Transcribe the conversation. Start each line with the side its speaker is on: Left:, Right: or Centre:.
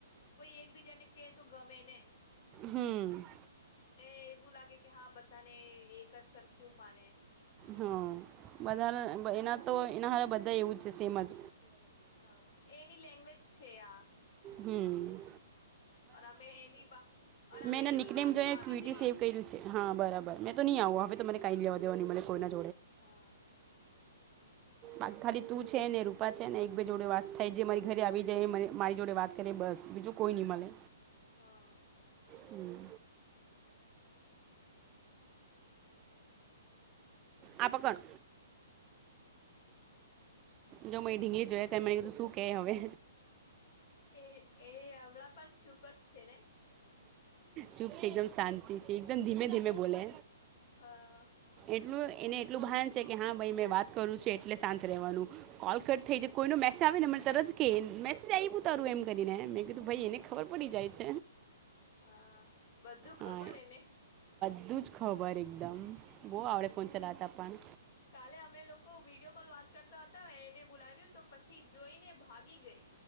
Left: કોઈ એકબીજાને કે તો ગમે ને
Right: હમ
Left: એ એવું લાગે કે હા બધાને એક જ સરખું માને
Right: હા બધા એના તો એના હ બધા એવું જ છે સેમજ
Left: હા એની લેંગ્વેજ છે આ
Right: હમ
Left: ઓ અમે એની બા ઓર અમે
Right: મેંને
Left: એની
Right: નનીકલેમ
Left: વાતમાં
Right: જો
Left: આવી
Right: કવિટી
Left: જઈએ
Right: સેવ કર્યું છે હા બરાબર મેં તો નહીં આવું હવે મ કઈ લેવા ની મળલે કોઈ ના
Left: હા
Right: ખાલી તું છે ને રૂપા છે ને એક બે જોડે વાત થાય જે મારી ઘરે આવી જાય મારી જોડે વાત કરીે બસ બસ બીજું કોઈ નિ મળે
Left: હા
Right: હમ આપ કોણ જો મરી ઢીંગી જોય મને કધું શું કે હવે
Left: એ એ હમણાં પણ ચૂપ જ છે ને
Right: ચૂપ છે એકદમ શાંતિ છે એકદમ ધીમે ધીમે બોલે
Left: હા
Right: એટલું એને એટલું ભાન છે કે હા ભાઈ મેં વાત કરું છેું એટલે શાંત રહેવાનું કોલકટ થઈ જ કોઈનો મે આવેને તર જ કે મેસેજ આવી્યું તારું એમ કરીને મેં કીધું ભાઈ એને ખબર પડી જાય છે
Left: હા બધું ખબર
Right: હા
Left: એને
Right: બધું જ ખબર એકદમ બહ આવડે ફોન ચલાવતા પણ
Left: કાલે અમે લોકો વિડીિયો કોલ વાત કરતા હતા એને બોલાવ્યું તો પછી જોઈને ભાગી ગઈ